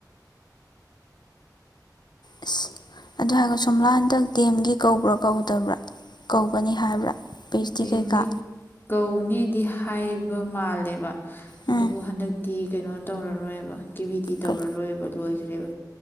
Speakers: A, on the left; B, on the left.
A: ꯑꯁ ꯑꯗꯨ ꯍꯥꯏꯔꯒ ꯁꯣꯝꯂꯥ ꯍꯟꯗꯛ ꯗꯦꯝꯒꯤ ꯀꯧꯕ꯭ꯔꯥ ꯀꯧꯗꯕ꯭ꯔꯥ ꯀꯧꯒꯅꯤ ꯍꯥꯏꯕ꯭ꯔꯥ꯫ ꯄꯤ ꯑꯩꯆ ꯗꯤ
B: ꯗꯦꯝꯒꯤ
A: ꯀꯩꯀꯥ
B: ꯀꯧ꯫ ꯅꯦꯗꯤ ꯍꯥꯏꯕ ꯃꯥꯜꯂꯦꯕ꯫ ꯑꯗꯨꯕꯨ
A: ꯎꯝ
B: ꯍꯟꯗꯛ ꯗꯤ ꯀꯩꯅꯣ ꯇꯧꯔꯔꯣꯏꯕ ꯀꯤꯌꯨ ꯏ ꯇꯤ ꯇꯧꯔꯔꯣꯏꯕ
A: ꯀꯩ
B: ꯂꯣꯏꯒꯔꯦꯕ꯫